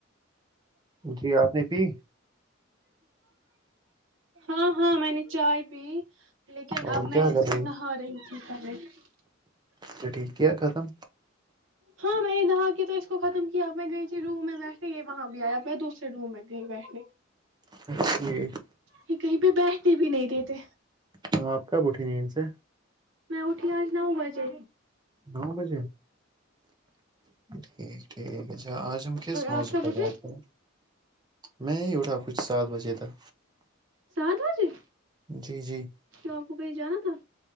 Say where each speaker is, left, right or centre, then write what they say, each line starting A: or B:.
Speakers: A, on the right; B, on the right.
A: جی آپ نے پی
B: ہاں ہاں میں نے چائے بھی لیکن
A: اور
B: اب
A: کیا
B: میں اس
A: کر
B: کو
A: ہو
B: نہا رہی جٹکے <unintelligible>
A: تو ٹھیک کیا ہے ختم
B: ہاں میں نے دا کی تو اس کو ختم کیا میں گئی تھی رووم میں بیٹھے یہ وہاں بھی آیا میں دوسر روم میں کہیں بیٹھنے
A: ٹھیک
B: یہ کہیں پہ بیٹھ بھی نہیں دیتے
A: ہاں آپ کب اٹھی نہیں ان سے
B: میں اٹھی آج نو بجے
A: نو بجے ٹھیک ٹھیک اچھا آج ہم کس
B: اور
A: موضوع
B: آپ سب
A: پر
B: اھے
A: بات کریں میں ہی اٹھا کچھ سات بجے تک
B: سات بجے
A: جی جی
B: چوپ کو کہیں جانا تھا